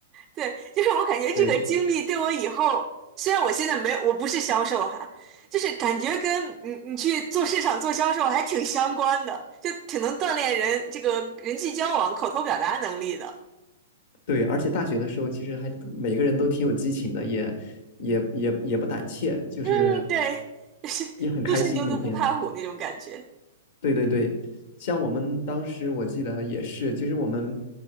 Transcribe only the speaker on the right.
对，就是我感觉这个经历对我以后，
虽然我现在没有，我不是销售哈，就是感觉跟你你去做市场做销售还挺相关的，就挺能锻炼人这个人际交往、口头表达能力的。
嗯，对，就是初生牛犊不怕虎那种感觉。